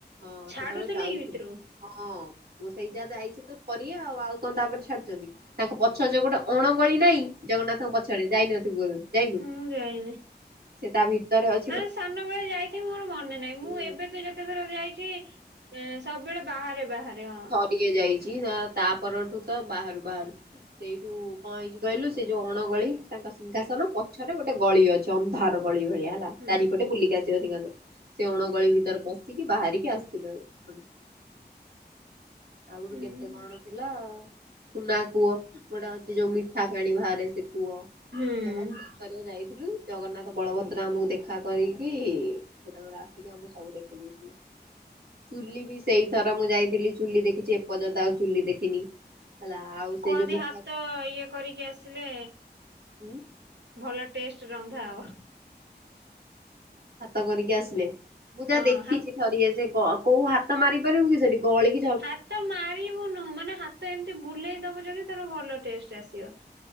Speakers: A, on the right; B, on the right.
A: ହଁ
B: ଛାଡୁଥିଲେ
A: ସେତେବେଳେ ଯାଉଥିଲି
B: କି ଭିତକୁ?
A: ହଁ ମୁଁ ସେଇ ଯା ଯାଇଚି ତ ଥରିଏ ଆଉ ଆଉ କଣ ତାପରେ ଛାଡିଚନ୍ତି ତାଙ୍କ ପଛ ଯୋଉ ଗୋଟେ ଅଣଗଳି ନାଇଁ ଜଗନ୍ନାଥଙ୍କ ପଛରେ ଯାଇନଥିବୁ ବୋଧେ। ଯାଇନୁ?
B: ମୁଁ ଯାଇନି।
A: ସେ ତା ଭିତରେ ଅ
B: ନା ସାନବେଳେ ଯାଇଥିବି ମୋର ମନେ ନାହିଁ ମୁଁ
A: ହୁଁ
B: ଏବେ ତ ଯେତେଥର ଯାଇଚି ଏଁ ସବୁବେଳେ ବାହାରେ ବାହାରେ ହଁ।
A: ଟିକେ ଯାଇଚି ତ ତା ପରଠୁ ତ ବାହାରୁ ବାହାରୁ। ସେଇଠୁ କଣ ହେଇଚି କହିଲୁ ସେ ଯୋଉଁ ଅଣଗଳି ତାଙ୍କ ସିଂହାସନ ପଛରେ ଗୋଟେ ଗଳି ଅ ଚନ୍ଧାର ଗଳି ଭଳିଆ ତା
B: ହୁଁ
A: ଚାରିପଟେ ବୁଲିକି ଆସିବା ସିଂହାସନ ସେ ଅଣଗଳି ଭିତରେ ପଶିକି ବାହାରିକି ଆସିଥିଲେ ଆଉ। ଆଗରୁ
B: ହୁଁ
A: କେମିତି କଣ ଥିଲା ସୁନା କୁଅ ଗୋଟେ ଅଛି ଯୋଉ ମିଠା ପାଣି ବାହାରେ ସେ କୁଅ
B: ହୁଁ
A: ଯାହଉ ବୁଲି ଆଗକୁ ଯାଇଥିଲୁ ଜଗନ୍ନାଥ ବଳଭଦ୍ର ଆମକୁ ଦେଖା କରିକି ସେ - କିଆଁ ମୁଁ ଚୁଲି ବି ସେଇଥର ମୁଁ ଯାଇଥିଲି ଚୁଲି ଦେଖିଚି ଏପର୍ଯ୍ୟନ୍ତ ଆଉ ଚୁଲି ଦେଖିନି। ହେଲା ଆଉ ସେ
B: କୁହନ୍ତି
A: ଯୋଉ ମିଠା
B: ହାତ ଇଏ କରିକି ଆସିଲେ
A: <inaudible>
B: ଭଲ ଟେଷ୍ଟ ରନ୍ଧା ହବ।
A: ହାତ କରିକି ଆସିଲେ ମୁଁ ଯାହା
B: ହଁ
A: ଦେଖିଚି
B: ହା
A: ଥରିଏ ସେ କ କଉ ହାତ ମାରିପାରିବୁ କି ସେଠି ଗହଳି କି
B: ହାତ ମାରିବୁନୁ ମାନେ ହାତ ଏମିତି ବୁଲେଇ ଦବୁ ଯଦି ତୋର ଭଲ ଟେଷ୍ଟ ଆସିବ।